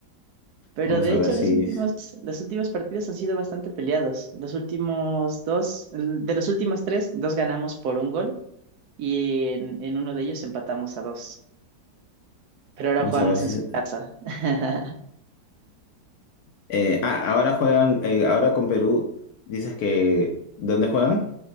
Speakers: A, on the right; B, on the left.
A: Pero
B: Vamos
A: de
B: a
A: hecho
B: ver
A: los
B: si.
A: últimos, los últimos partidos han sido bastante peleados. Los últimos dos, de los últimos tres, dos ganamos por un gol y en, en uno de ellos empatamos a dos. Pero ahora
B: Vamos
A: jugamos
B: a ver si.
A: en, su- <laughs>
B: Eh, ah, ahora juegan. eh, ahora con Perú, dices que. ¿Dónde juegan?